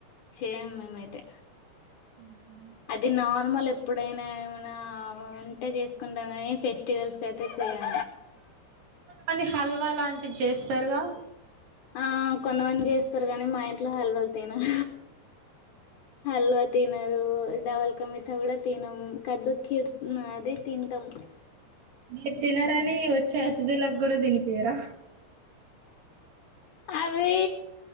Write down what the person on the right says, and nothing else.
ఊహు
కానీ హల్వా లాంటివి చేస్తారుగా
మీరు తినరని వచ్చే అతిథులకు కూడా తినిపియరా